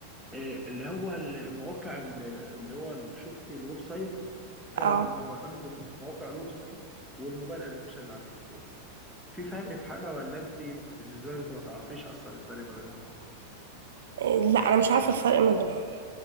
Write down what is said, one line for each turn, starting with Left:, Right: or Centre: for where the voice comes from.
Centre: آه، اللي هو المواقع اللي اللي هو اللي شفت الويب سايت الفرق
Right: اه
Centre: ما بين برنامج مواقع الويب سايت والموبايل ابلكيشن اللي على التليفون في فرق في حاجة ولا انت بالنسبة لك انت ما تعرفيش اصلا الفرق ما بينهم
Right: إيه، لا انا مش عارفه الفرق ما بينهم